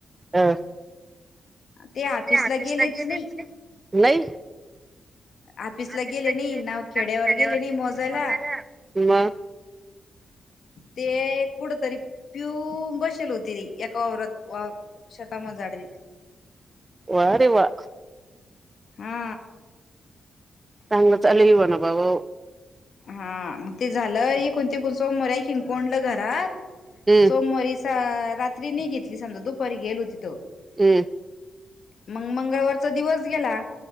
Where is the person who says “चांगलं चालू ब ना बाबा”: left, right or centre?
Right